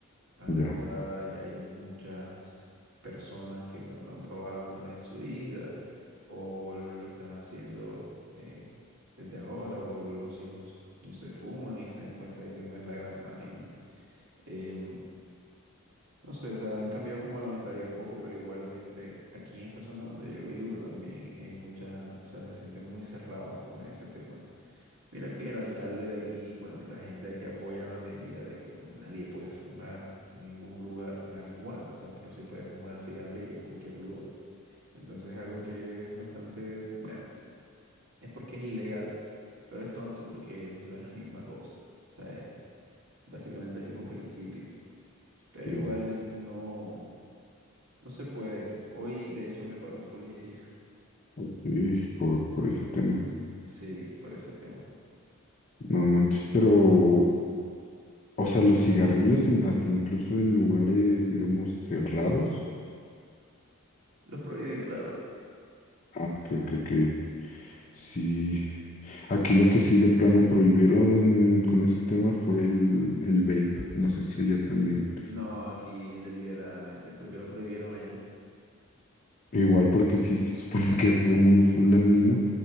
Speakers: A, on the right; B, on the left.
A: Ahora
B: Ya.
A: ya hay muchas personas que, bueno, lo han probado alguna vez en su vida o lo están haciendo eh, desde ahora o los hijos no se fuman y se dan cuenta de que no es la gran vaina. Em, no sé, o sea, han cambiado como la mentalidad un poco, pero igualmente aquí en esta zona donde yo vivo también hay mucha, o sea, se sienten muy cerrados como en ese tema. Mira que el alcalde de aquí, bueno, y la gente de aquí apoya la medida de que, bueno, nadie puede fumar en ningún lugar marihuana, o sea, pero sí puede fumar cigarrillo en cualquier lugar. Entonces es algo que es bastante, bueno, es porque es ilegal, pero es tonto porque es la <laughs> misma cosa, o sea, es básicamente el mismo principio,
B: sí.
A: pero igualmente no, no se puede. Hoy, de hecho, me paró un policía,
B: Ok, por, por ese tema.
A: <laughs> sí, por ese tema.
B: No manches, pero, o sea, los cigarrillos en- hasta incluso en lugares, digamos, cerrados.
A: Los prohíben, claro.
B: Ah, ok, ok, ok. Sí, aquí lo que sí de plano prohibieron con ese tema fue el, el vape. No sé si allá también.
A: No, aquí deliberadamente, porque lo prohibieron allá.
B: Igual porque sí se supone <laughs> que fue muy full dañino,